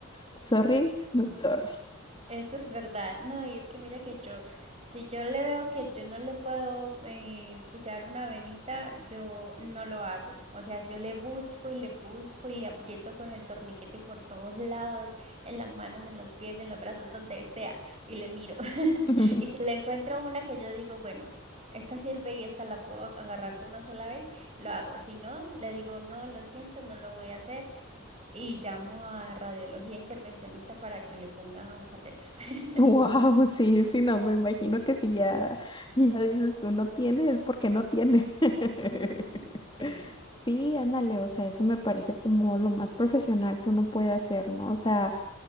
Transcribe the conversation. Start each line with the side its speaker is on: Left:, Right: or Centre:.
Left: sorry,
Right: Sí.
Left: not sorry.
Right: Eso es verdad. No, y es que mira que yo, si yo le veo que yo no le puedo eh, pullar una venita, yo no lo hago. O sea, yo le busco y le busco y le aprieto con el torniquete por todos lados, en las manos, en los pies, en los brazos, donde sea, y le miro. <laughs>
Left: <laughs>
Right: Y si le encuentro una que yo digo, bueno, esta sirve y esta la puedo agarrar de una sola vez, lo hago. Si no, le digo, no, lo siento, no lo voy a hacer y llamo a radiología intervencionista para que le ponga un catéter. <laughs>
Left: Wow, sí, sí, no, me imagino que si ya, ya dices tú no tiene es porque no tiene.
Right: Ujú.
Left: <laughs>
Right: Sí.
Left: Sí, ándale, o sea, eso me parece como lo más profesional que uno puede hacer, ¿no? O sea,